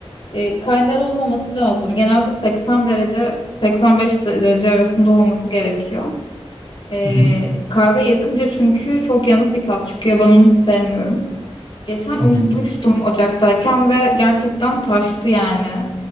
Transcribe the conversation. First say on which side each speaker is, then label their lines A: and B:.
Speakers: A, on the left; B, on the left.
A: E, kaynar olmaması lazım. Genelde 80 derece 85 derece arasında olması gerekiyor. Ee,
B: Hı hı.
A: kahve yakınca çünkü çok yanık bir tat çıkıyor. Ben onu hiç sevmiyorum. Geçen unutmuştum
B: Hı hı.
A: ocaktayken ve gerçekten taştı yani.